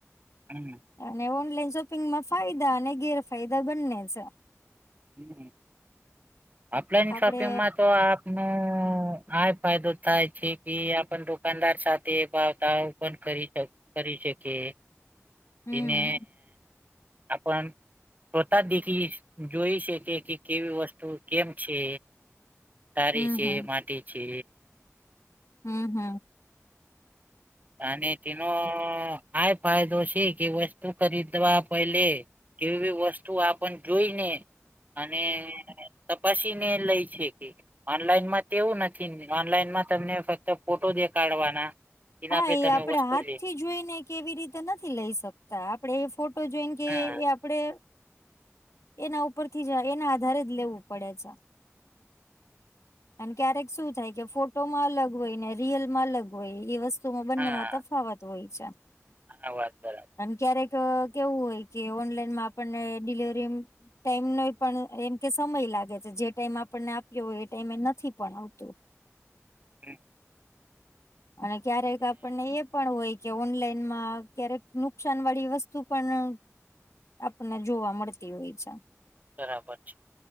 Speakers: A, on the right; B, on the left.
A: હમ <unintelligible>
B: અને ઓનલાઈન શોપિંગ માં ફાયદા અને ગેરફાયદા બંને છે.
A: હ ઓફલાઈન
B: આપડે
A: શોપિંગમાં તો આપનું. આ ફાયદો થાય છે કે આપન દુકાનદાર સાથે ભાવતા તાલ કરી શક. કરી શકિયે
B: હમ
A: તને આપણ છતા દેખી જોઈ શકે કે કેવી વસ્તુ કેમ છે. તારી
B: હમ
A: છે
B: હમ.
A: માટી છે
B: હમ હમ
A: અને તનો આ ફાયદો છે કે વસ્તુ ખરીદવા પહલે. જેવી વસ્તુ આપણ જોઈ ને અને તપાસી ને લઈ છે કે ઓનલાઈનમાં તેવું નથી ઓનલાઈનમાં તમને ફક્ત ફોટો દેખાડવાના. એના
B: હા
A: પે
B: એ
A: તમે
B: આપડે
A: વસ્તુ
B: હાથ
A: લે
B: થી જોઈને કેવી રીતે નથી લઈ શકતા આપડે એ ફોટો જોઈને. કે
A: હા
B: એ આપડે એના ઉપરથી જ એના આધારે જ લેવું પડે છે.
A: <inaudible>
B: અને ક્યારેક શું થાય કે ફોટોમાં અલગ હોય ને રિયલમાં અલગ હોય એ વસ્તુ તો બંને
A: હા
B: માં તફાવત હોય છે.
A: આ વાત બરાબર
B: અને ક્યારેક કેવું હોય કે ઓનલાઈનમાં આપણને ડિલિવરી. ટાઈમ નો પણ એમ કે સમય લાગે છે જે ટાઈમ આપણને આપ્યો હોય એ ટાઈમે એ નથી પણ આવતું.
A: હમ
B: અને ક્યારેક આપણને એ પણ હોય. કે ઓનલાઈન માં ક્યારેક નુકસાન વાળી વસ્તુ પણ આપણને જોવા મળતી હોય છે.
A: બરાબર છે